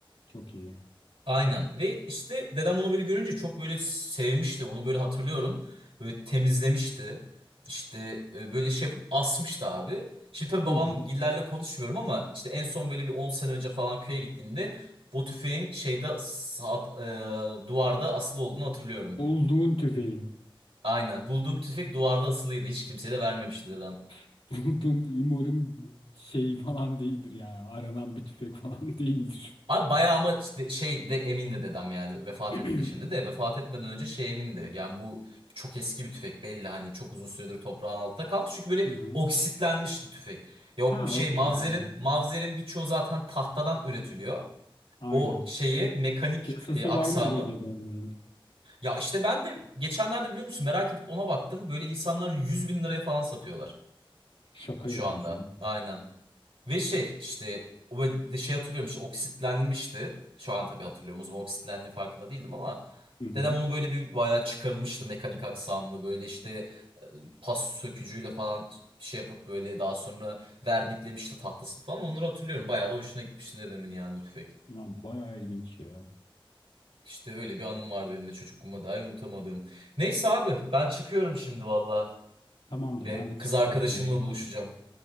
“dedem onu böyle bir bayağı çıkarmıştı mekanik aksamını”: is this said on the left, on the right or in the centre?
Right